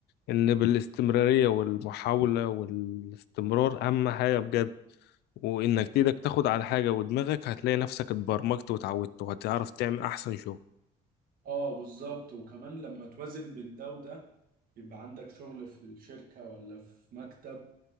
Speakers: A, on the left (about 75°); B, on the right (about 60°).
A: إن بالاستمرارية والمحاولة والاستمرار أهم حاجة بجد وإنك إيدك تاخد على حاجة ودماغك هتلاقي نفسك اتبرمجت واتعودت وهتعرف تعمل أحسن شغل
B: اه بالظبط وكمان لما توازن بين ده وده يبقى عندك شغل في الشركة ولا في مكتب